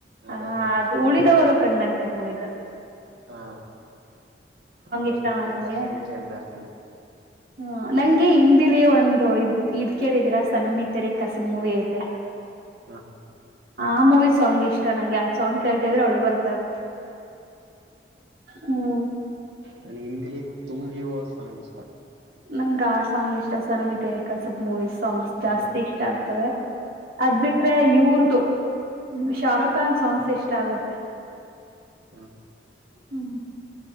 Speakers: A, on the right; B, on the right.
A: ಅದೇ
B: ಹ
A: ಅದೇ
B: ಅದು ಉಳಿದವರು ಕಂಡಂತೆ ಮೂವಿ ದು ಅದು
A: ಹಾ ಅದಂತೂ
B: ಇಷ್ಟನಾ
A: ತುಂಬಾ
B: ನಿಮ್ಗೆ
A: ಸರಿ ಕೇಳ್ತಾ ಇರ್ತನಿ
B: ಹ ನಂಗೆ ಹಿಂದಿಲೀ ಒಂದು ಇದ್ ಕೇಳಿದೀರಾ ಸನಮಿ ತೆರಿ ಕಸ ಮೂವಿ ಐತೆ
A: <inaudible>
B: ಆ ಮೂವಿ ಸಾಂಗ್ ಇಷ್ಟ ನಂಗೆ ಆ ಸಾಂಗ್ ಕೇಳ್ತಾ ಇದ್ರೆ ಅಳು ಬರ್ತ ಇರುತೆ ಹ್ಮ
A: ನಂಗೆ ಹಿಂದಿಲಿ ತುಮ್ಯೋ ಈಷ್ಟ
B: ನಂಗ್ ಆ ಸಾಂಗ್ ಇಷ್ಟ ಸ <unintelligible> ನಮಕ ಸ್ವಲ್ ಮೂವೀ ಸಾಂಗ್ಸ್
A: ಹ
B: ಜಾಸ್ತಿ ಇಷ್ಟ ಆಗ್ತವೆ ಅದ್ ಬಿಟ್ರೆ ಇವರದ್ದು ಶಾರುಖ್ ಖಾನ್ ಸಾಂಗ್ಸ್ ಇಷ್ಟ ಆಗುತ್ತೆ
A: ಹ
B: ಹ್ಮ್